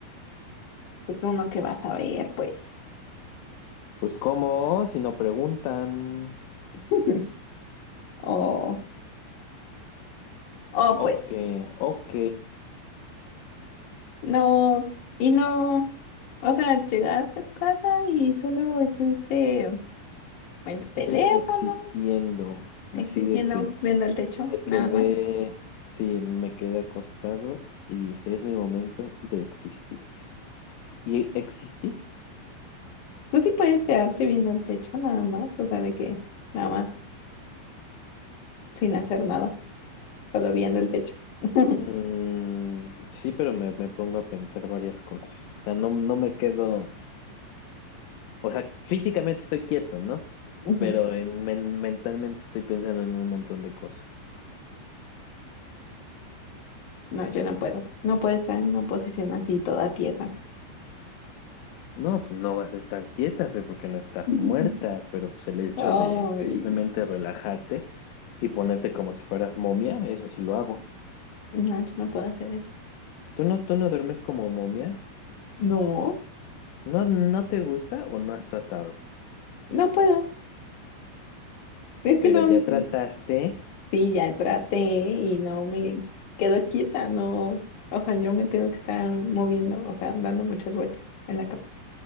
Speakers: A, on the left; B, on the left.
A: pues uno que va a ver pues.
B: Pues cómo, si no preguntan,
A: <laughs> O, o
B: ok,
A: pues,
B: ok,
A: no, y no, o sea, llegaste a tu casa y solo estuviste en tu
B: estuve
A: teléfono,
B: existiendo,
A: existiendo,
B: así de que
A: viendo el techo,
B: me
A: nada
B: quedé,
A: más.
B: sí, me quedé acostado y dije, es mi momento de existir. ¿Y existí?
A: Tú sí puedes quedarte viendo el techo, nada más, o sea, de que nada más, sin hacer nada, solo viendo el techo. <laughs>
B: Mm, sí, pero me, me pongo a pensar varias cosas. O sea, no, no me quedo... O sea, físicamente estoy quieto, ¿no?
A: Ujú.
B: Pero en, men- mentalmente estoy pensando en un montón de cosas.
A: No, yo no puedo, no puedo estar en una posición así toda tiesa.
B: No, pues no vas a estar tiesa, Fer, porque no estás
A: <laughs>
B: muerta, pero pues el hecho
A: Ay,
B: de simplemente relajarte y ponerte como si fueras momia, eso sí lo hago.
A: no, yo no puedo hacer eso.
B: ¿Tú no, tú no duermes como momia?
A: No,
B: ¿No, no te gusta o no has tratado?
A: no puedo. Es que
B: Pero
A: no.
B: ya trataste,
A: Sí, ya traté y no me quedo quieta, no, o sea, yo me tengo que estar moviendo, o sea, dando muchas vueltas en la cama.